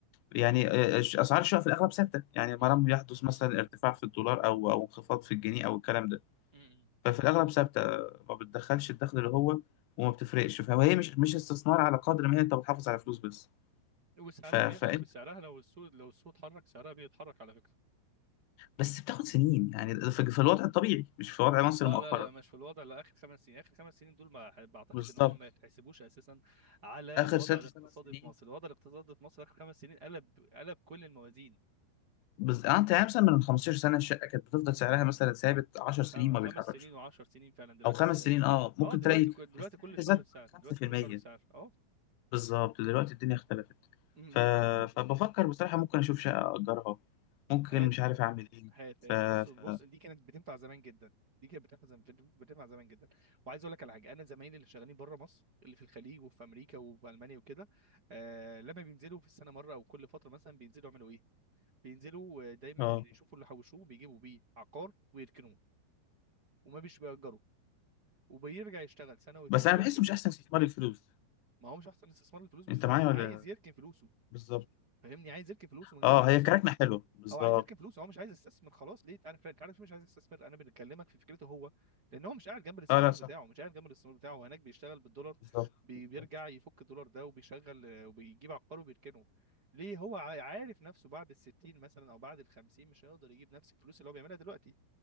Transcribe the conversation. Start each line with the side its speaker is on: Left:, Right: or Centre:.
Left: يعني آه، اسعار الشقق في الاغلب ثابته يعني ما
Right: امم
Left: لم يحدث مثلا ارتفاع في الدولار او او انخفاض في الجنيه او الكلام ده
Right: امم
Left: ففي الاغلب ثابته ما بتدخلش الدخل اللي هو وما بتفرقش فهي مش مش استثمار على قدر ما هي انت بتحافظ على فلوس بس
Right: وسعرها
Left: ف...
Right: بيغلب
Left: فانت
Right: سعرها لو السوق لو السوق اتحرك سعرها بيتحرك على فكره
Left: بس بتاخد سنين يعني ده في في الوضع الطبيعي مش في وضع مصر
Right: اه
Left: مؤخرا
Right: لا لا مش في الوضع لا اخر خمس سنين اخر خمس سنين دول ما بعتقد
Left: بالظبط
Right: ان هم ما يتحسبوش اساسا على
Left: اخر
Right: الوضع
Left: ست
Right: الاقتصادي
Left: سبع سنين
Right: في مصر الوضع الاقتصادي في مصر اخر خمس سنين قلب قلب كل الموازين
Left: بس آه، انت يعني مثلا من 15 سنه الشقه كانت بتفضل سعرها مثلا ثابت 10
Right: خم...
Left: سنين ما
Right: خمس
Left: بيتحركش
Right: سنين وعشر سنين فعلا دلوقتي
Left: او خمس
Right: الس...
Left: سنين اه ممكن
Right: اه دلوقتي
Left: تلاقي
Right: ك- دلوقتي
Left: السعر
Right: كل
Left: زاد
Right: شهر بسعر دلوقتي
Left: 5%
Right: كل شهر بسعر اه
Left: بالظبط دلوقتي الدنيا اختلفت
Right: م- م-
Left: ف...
Right: م.
Left: فبفكر بصراحه ممكن اشوف شقه اجرها ممكن
Right: هات
Left: مش عارف اعمل ايه
Right: هات
Left: ف...
Right: هات بص بص
Left: ف...
Right: دي كانت بتنفع زمان جدا دي كانت بتنفع زمان بتنفع زمان جدا وعايز اقول لك على حاجه انا زمايلي اللي شغالين بره مصر اللي في الخليج وفي امريكا وفي المانيا وكده آه لما بينزلوا في السنه مره او كل فتره مثلا بينزلوا يعملوا ايه بينزلوا آه، دايما
Left: اه
Right: يشوفوا اللي حوشوه بيجيبوا بيه عقار ويركنوه وما بيش بيأجروا وبيرجع يشتغل سنه واتنين
Left: بس انا
Right: وبيرجع
Left: بحسه مش احسن استثمار الفلوس
Right: ما هو مش احسن استثمار الفلوس بس
Left: انت
Right: هو
Left: معايا
Right: عايز عايز
Left: ولا
Right: يركن فلوسه
Left: بالظبط
Right: فاهمني عايز يركن فلوسه من
Left: اه
Right: غير ما تخسر
Left: هي كركنه حلوه بالظبط
Right: هو عايز يركن فلوس هو مش عايز يستثمر خلاص ليه انا انت عارف ليه مش عايز يستثمر انا بنكلمك في فكرته هو لان هو مش قاعد جنب الاستثمار
Left: اه لا صح
Right: بتاعه مش قاعد جنب الاستثمار بتاعه هو هناك بيشتغل بالدولار
Left: بالظبط
Right: بي- بيرجع يفك الدولار ده وبيشغل آه، وبيجيب عقار وبيركنه ليه هو ع- عارف نفسه بعد الستين مثلا او بعد الخمسين مش هيقدر يجيب نفس الفلوس اللي هو بيعملها دلوقتي